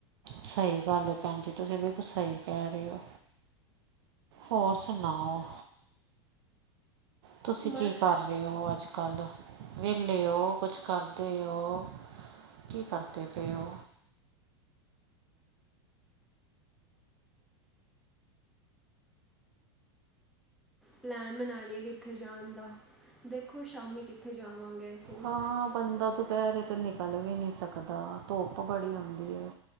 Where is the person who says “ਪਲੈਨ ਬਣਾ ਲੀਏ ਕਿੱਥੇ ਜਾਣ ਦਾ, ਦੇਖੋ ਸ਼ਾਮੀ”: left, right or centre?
Centre